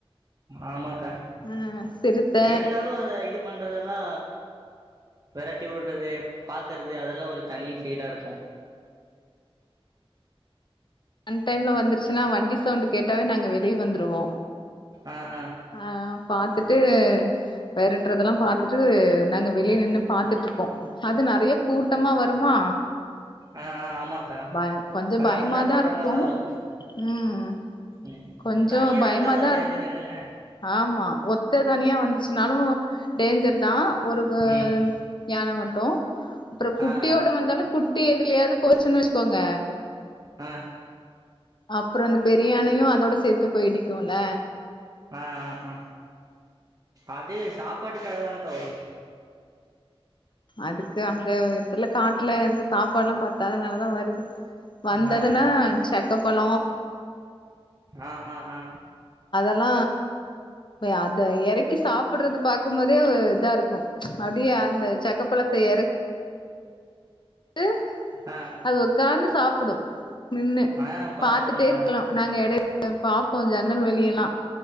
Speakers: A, on the right (about 40°); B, on the left (about 50°).
A: ஆமாக்கா
B: ஆ சிறுத்த
A: இருந்தாலு அத இது பண்றதெல்லா வெரட்டி விட்றது பாக்கறது அதெல்லா ஒரு தனி ஃபீலா இருக்கு
B: அன் டைம்ல வந்துருச்சு னா வண்டி சவுண்ட் கேட்டாவே நாங்க வெளிய வந்துருவோ
A: ஆ ஆ
B: அ பாத்துட்டு வெரட்றதுல்லா பாத்துட்டு நாங்க வெளிய நின்னு பாத்துட்டு இருப்போ அது நெறைய கூட்டமா வருமா
A: ஆ ஆ ஆமாக்கா
B: பய கொஞ்சோ
A: அதா
B: பயமாதா
A: வந்தா கூட்டமாதா
B: இருக்கு,
A: வரு
B: ம்
A: ம்
B: கொஞ்சோ
A: தனியா
B: பயமாதா
A: இருந்தாதா டேஞ்சர்
B: இருக்
A: என்னங்க
B: ஆமா ஒத்த தனியா வந்துச்சுனாலு டேஞ்சர்தா ஒரு கூ ஆ
A: ம்
B: யான மட் டு அப்றோ குட்டியோட
A: ஆ ஆ
B: வந்தாலு குட்டி எதுலயாவது போச்சுன்னு வச்சுகோங்க
A: ஆ
B: அப்பறோ அந்த பெரிய யானையு அதோட சேத்து போய் இடிக்கும்ல
A: ஆ, ஆ, ஆ, அதே சாப்பாட்டுக்காகதானக்கா வரு
B: அதுக்கு அங்க இதுல காட்ல இது சாப்பாடெலா பத்தாதனாலதா வருது வந்ததுனா
A: ஆ
B: ச க்க பழ
A: ஆ ஆ ஆ
B: ல்லா அத எறக்கி சாப் படறது பாக்கும் போதே இதா இருக்கு அப்டியே அந்த ச க்கப்பழத்த எறக் கி
A: ஆ
B: அது உக்காந்து சாப்புடு நின்னு
A: ஆ ஆ பாத்துருக்கங்க்கா
B: பாத்துட்டே இருக்கலா நாங்க எடையில பாப்போ ஜன்னல் வெளியெல்லா